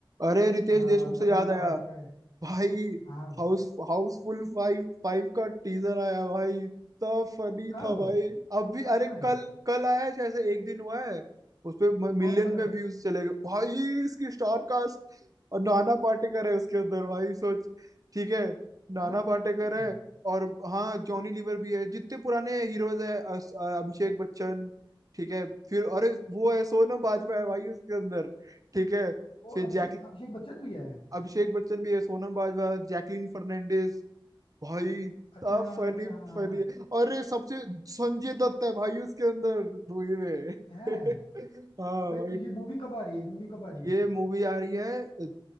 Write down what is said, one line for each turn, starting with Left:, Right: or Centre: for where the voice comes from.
Right: अरे रितेश
Left: आ,
Right: देशमुख से
Left: तमन्ना
Right: याद आया
Left: भाटिया है
Right: भाई
Left: हाँ
Right: हाउस हाउसफुल फाइव फाइव का टीजर आया भाई इतना फनी
Left: कब
Right: था भाई अभी
Left: सच
Right: अरे
Left: में
Right: कल कल आया है, शायद से एक दिन हुआ है उस पे मिलियन
Left: कौन कौन है
Right: में
Left: उसमें
Right: व्यूज चले गए भाई इसकी स्टार कास्ट और नाना पाटेकर है उसके अंदर भाई सोच ठीक है नाना
Left: नाना पाटेकर
Right: पाटेकर
Left: है उसमें
Right: है और हाँ जॉनी लीवर भी है जितने पुराने हीरोज है अस- अभिषेक बच्चन ठीक है फिर अरे वो है सोनम बाजवा है भाई उसके अंदर ठीक है
Left: वो
Right: फिर
Left: अभिषेक
Right: जैक
Left: अभिषेक बच्चन भी है
Right: अभिषेक बच्चन भी है सोनम बाजवा जैकलीन फर्नांडिस भाई इतना
Left: अच्छा हाँ
Right: फनी
Left: अच्छा हाँ हाँ
Right: फनी
Left: हाँ।
Right: है। और ये सबसे संजय दत्त है भाई उसके अंदर मूवी में
Left: है
Right: <laughs> हाँ
Left: अबे
Right: भाई
Left: तो ये मूवी कब आ रही है मूवी कब आ रही है
Right: ये
Left: वैसे
Right: मूवी आ रही है